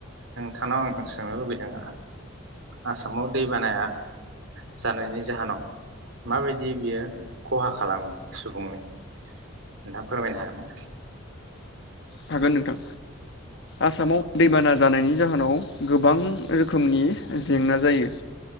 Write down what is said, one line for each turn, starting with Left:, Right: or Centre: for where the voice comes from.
Right: थांनाव आं सोंनो लुबैदों आसामाव दै बानाया जानायनि जाहोनाव माबायदि बियो खहा खालामो सुबुंनि नोंथाङा फोरमायनो हागोन ना?
Left: हागोन नोंथां। आसामाव
Right: औ
Left: दैबाना जानायनि जाहोनाव गोबां रोखोमनि जेंना जायो।